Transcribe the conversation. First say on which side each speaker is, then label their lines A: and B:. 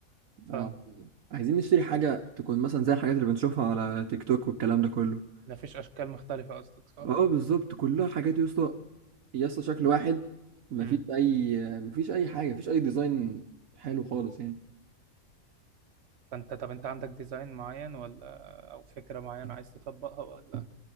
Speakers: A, on the right (about 55°); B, on the right (about 70°).
A: فاهم
B: اه عايزين نشتري حاجة تكون مثلا زي الحاجات اللي بنشوفها على تيك توك والكلام ده كله
A: مفيش اشكال مختلفة قصدك صح
B: اه بالظبط كلها حاجات يا اسطى يا اسطى شكل واحد مفيش
A: امم
B: اي مفيش اي حاجة مفيش اي ديزاين حلو خالص يعني
A: فانت طب انت عندك ديزاين معين ولا او فكرة معينة عايز تطبقها ولا